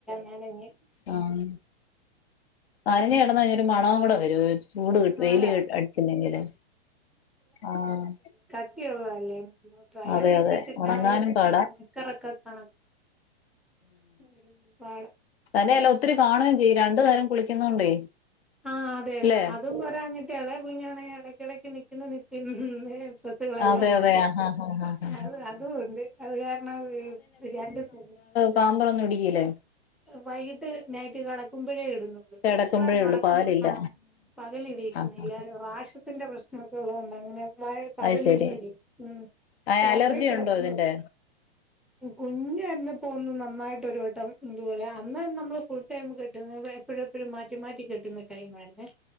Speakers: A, in the centre; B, on the left.
A: നനഞ്ഞ്
B: ആഹ് നനഞ്ഞു കിടന്നാ ഒരു മണം കൂടെ വരും ചൂട് കി വെയില്
A: അതാ
B: അടിച്ചില്ലെങ്കില് ആഹ്
A: സത്യം ഒള്ളതല്ലേ ട്രയറി
B: അതെ
A: ഇട്ടിട്ട
B: അതെ
A: ഇട്ടാലും
B: ഉണങ്ങാനും പാടാ
A: നിക്കറൊക്കെ കണ ഒരു വാടാ
B: തന്നേ അല്ല ഒത്തിരി കാണും ചെയ്യും രണ്ടു നേരം കുളിക്കുന്നോണ്ടേ
A: ആഹ് അതെ അതെ
B: അല്ലേ
A: അതും പോരാഞ്ഞിട്ട് ഇളയ കുഞ്ഞാണെ ഇടക്കിടക്ക് നിക്കുന്ന നിപ്പിൽ സ്വത്തുകെളെല്ലാംമാങ്ങി
B: അതെ അതെ ആഹ് ആഹ് ആഹ് ആഹ്
A: അത് അതുകൊണ്ട് അത്കാരണംവിപിരിയാണ്ടേപോവും
B: പാമ്പറൊന്നുടിയില്ലേ
A: വൈകിട്ട്നൈറ്റ്കെടക്കുമ്പോഴേ ഇടുന്നുള്ളൂവീട്ടികൂടെനടക്കുമ്പോ
B: കിടക്കുമ്പോഴേ ഉള്ളൂ പകലില്ല
A: ആ പകലിടിയിക്കുന്നില്ലറാഷസിന്റെ
B: ആഹ്
A: പ്രശ്നമൊക്കെള്ളതുകൊണ്ട് അങ്ങനെവയ പകലിടില്ല
B: അത് ശരി
A: ഉം
B: ആഹ്
A: രാത്രികെടക്കമ്പടും
B: അലർജി ഉണ്ടോ ഇതിന്റെ
A: കുഞ്ഞായിരുന്നപ്പംനന്നായിട്ട്ഒരുവട്ടം മ് ഇതുപോലെ അന്ന് നമ്മൾ ഫുൾ ടൈം കിട്ടുന്നത് എപ്പഴും എപ്പഴും മാറ്റി മാറ്റി കെട്ടുന്ന ടൈമായിരുന്നെ